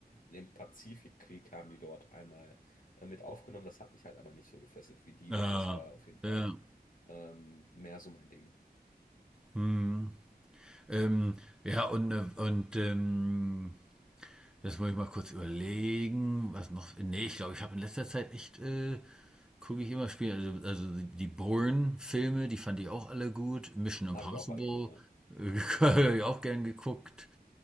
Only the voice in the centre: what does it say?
Ah,
ja.
Mhm. Ähm, ja, und, äh, und ähm, Jetzt muss ich mal kurz überlegen, was noch. Nee, ich glaube, ich habe in letzter Zeit echt, äh, gucke ich immer Spiele. Also, also die Bourne-Filme, die fand ich auch alle gut. Mission Impossible,
äh, <laughs> habe ich auch gern geguckt.